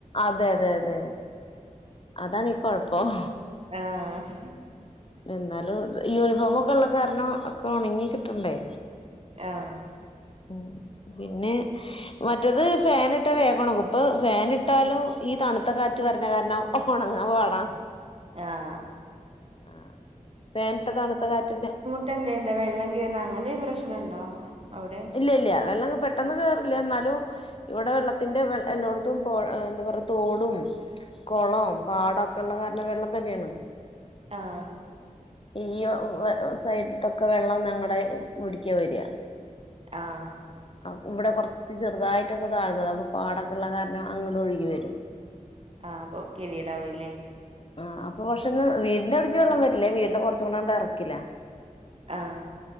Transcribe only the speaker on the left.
അതെ അതെ അതെ അതാണീ കൊഴപ്പം.
എന്നാലും യൂണിഫോമൊക്കെ ഉള്ള കാരണം ഒക്കെ ഒണങ്ങി കിട്ടണ്ടേ.
ഓം പിന്നെ മറ്റേത് ഫാന് ഇട്ടാ വേഗം ഒണങ്ങും. ഇപ്പൊ ഫാനിട്ടാലും ഈ തണുത്ത കാറ്റ് വരണേ കാരണം ഒണങ്ങാ പാടാ
ആഹ്, ഫേന്ട്ട തണുത്ത കാറ്റിന്
ഇല്ല ഇല്ല വെള്ളം അങ്ങ പെട്ടെന്ന് കേറില്ല. എന്നാലും ഇവിടെ വെള്ളത്തിന്റെ വെ എല്ലോട്ത്തും പൊ എന്താ പറയ തോടും കൊളൊം പാടൊക്കെ ഉള്ള കാരണം വെള്ളം തന്നെയാണ്.
ഈ <unintelligible> സൈഡിൽത്തൊക്കെ വെള്ളം ഞങ്ങടെ <unintelligible> വീട്ടിക്ക വര
അ ഇവിടെ കൊറച്ച് ചെറുതായിട്ടൊന്ന് താഴ്ന്നതാ അപ്പൊ പാടൊക്കെ ഉള്ള കാരണം അങ്ങട്ട ഒഴുകി വരും
ആഹ്, അപ്പൊ പക്ഷെ ഒന്ന് വീടിൻന്റെ അവിടക്ക് വെള്ളം വര്ല്ല. വീടിന്റെ കൊറച്ചും കൂടെ ആണ്ട് എറക്കിലാ.